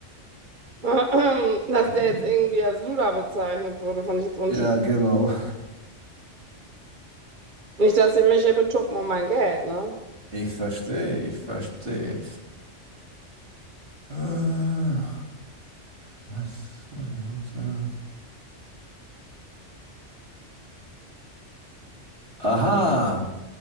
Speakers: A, on the right; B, on the right.
A: <clears throat> dass
B: Ju-
A: der jetzt irgendwie als Luder bezeichnet wurde, fand ich jetzt untypisch.
B: Ja, genau.
A: Nicht, dass sie mich hier betuppen um mein Geld, ne?
B: Ich verstehe, ich verstehe. Äh, so, was? was ich muss sagen? Aha,